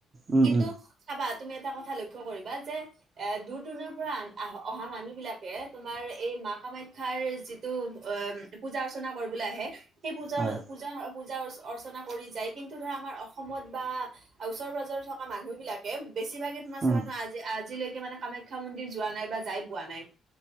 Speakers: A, on the right; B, on the right.
A: উম
B: কিন্তু
A: উম
B: <unintelligible> চাবা তুমি এটা কথা লক্ষ্য কৰিবা যে <unintelligible> এ দূৰ-দূৰণিৰ পৰা আহ অহা মানুহবিলাকে তোমাৰ এই মা কামাখ্যাৰ যি <unintelligible> টো <unintelligible> পূজা-অৰ্চনা কৰিবলৈ আহে সেই পূজা-পূজা
A: হয়
B: পূজা অৰ্চ-অৰ্চনা কৰি যায় কিন্তু ধৰা আমাৰ অসমত বা <inaudible> <unintelligible> ওচৰ-পাঁজৰে থকা মানুহ বিলাকে বেছিভাগে তোমাৰ
A: উম
B: চাবা চোন আজি-আজিলৈকে মানে কামাখ্যা মন্দিৰ যোৱা নাই বা যাই পোৱা নাই। <inaudible>